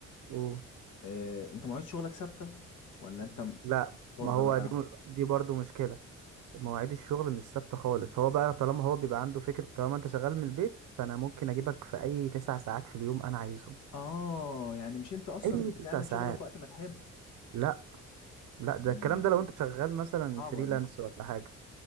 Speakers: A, on the right; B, on the left.
A: قول.
B: آه، انت مواعيد شغلك ثابتة ولا انت م-
A: لا
B: حر
A: ما هو
B: بقى
A: دي دي برضو مشكلة مواعيد الشغل مش ثابتة خالص هو بقى طالما هو بيبقى عنده فكرة طالما انت شغال من البيت فانا ممكن اجيبك في اي تسع ساعات في اليوم انا عايزهم
B: اه يعني مش انت اصلا
A: اي تسع
B: بتعمل
A: ساعات
B: شغلك وقت ما تحب
A: لا لا ده
B: مم،
A: الكلام ده لو انت شغال مثلا
B: صعبة
A: فريلانس
B: دي
A: ولا حاجة